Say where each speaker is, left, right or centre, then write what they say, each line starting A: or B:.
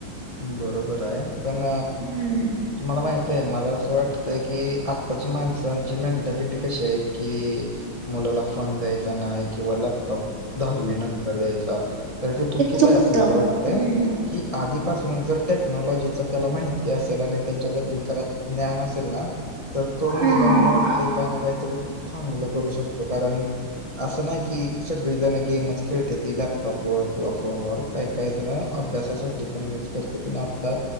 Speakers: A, on the left; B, on the right.
A: बरोबर आहे पण
B: हम्म
A: तुम्हाला माहित आहे मला असं वाटतय की आत्ताची माणसांची मेंटॅलिटी कशी आहे की मुलाला फोन द्यायचा नाही किंवा लॅपटॉप दहावी नंतर द्यायचा तर ते चुकीचं
B: चुकतं
A: आहे असं मला वाटतंय
B: हम्म
A: की आधीपासूनच जर टेक्नॉलॉजी त्याला माहिती असेल आणि त्याच्याबद्दल त्याला ज्ञान असेल ना तर तो मुलगा
B: हम्म
A: मला वाटत काही ना काहीतरी चांगलं करू शकतो कारण असं नाही की सगळीजण गेमच खेळते ती लॅपटॉपवरर किंवा फोनवर काही काही जण अभ्यासासाठी पण युज करते आता